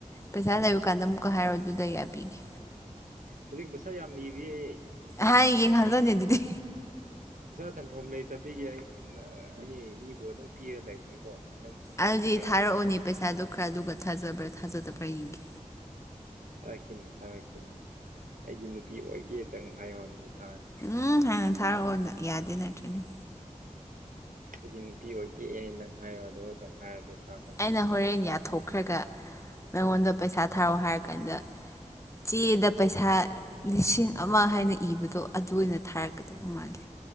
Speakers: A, on the left (about 20°); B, on the right (about 85°).
A: ꯄꯩꯁꯥ ꯂꯩꯔ ꯀꯥꯟꯗ ꯑꯃꯨꯛꯀ ꯍꯥꯏꯔꯛꯑꯣ ꯑꯗꯨꯗ ꯌꯥꯕꯤꯒꯦ
B: ꯍꯧꯖꯤꯛ ꯄꯩꯁꯥ ꯌꯥꯝ ꯂꯩꯔꯤ ꯑꯩ
A: ꯍꯥꯏꯒꯦ ꯈꯜꯂꯣꯅꯦ ꯑꯗꯨꯗꯤ
B: ꯄꯩꯁꯥ ꯊꯝꯐꯝ ꯂꯩꯇꯕꯤꯒꯤ ꯑꯩ ꯑꯩ ꯃꯤꯕꯨ ꯑꯗꯨꯝ ꯄꯤꯔ ꯂꯩꯕꯅꯤꯀꯣ ꯅꯪꯕꯨꯁꯨ ꯈꯔ
A: ꯑꯗꯨꯗꯤ
B: ꯄꯤꯒꯦ ꯍꯥꯏꯅ
A: ꯊꯥꯔꯛꯑꯣꯅꯦ ꯄꯩꯁꯥꯗꯨ ꯈꯔꯗꯨ ꯊꯥꯖꯕ꯭ꯔꯥ ꯊꯥꯖꯗꯕ꯭ꯔꯥ ꯌꯦꯡꯒꯦ
B: ꯊꯥꯔꯛꯀꯦꯅꯦ ꯊꯥꯔꯛꯀꯦꯅꯦ ꯑꯩꯒꯤ ꯅꯨꯄꯤ ꯑꯣꯏꯒꯦꯗꯪ ꯍꯥꯏꯌꯣ ꯍꯥꯏꯕꯅꯤꯗ
A: ꯎꯝ ꯍꯥꯟꯅ ꯊꯥꯔꯛꯑꯣ ꯌꯥꯗꯦ ꯅꯠꯇ꯭ꯔꯅꯦ
B: ꯑꯩꯒꯤ ꯅꯨꯄꯤ ꯑꯣꯏꯒꯦꯅ ꯅꯪ ꯍꯥꯏꯌꯣ ꯑꯗꯨꯒ ꯑꯗꯨꯗꯪ ꯍꯥꯏꯔꯗꯤ ꯊꯥꯈ꯭ꯔꯅꯤ
A: ꯑꯩꯅ ꯍꯣꯔꯦꯟ ꯌꯥꯊꯣꯛꯈ꯭ꯔꯒ ꯅꯉꯣꯟꯗ ꯄꯩꯁꯥ ꯊꯥꯔꯣ ꯍꯥꯏꯔꯀꯥꯟꯗ ꯆꯦꯗ ꯄꯩꯁꯥ ꯂꯤꯁꯤꯡ ꯑꯃ ꯍꯥꯏꯅ ꯏꯕꯗꯣ ꯑꯗꯨ ꯑꯣꯏꯅ ꯊꯥꯔꯛꯀꯗꯧꯕ ꯃꯥꯜꯂꯦ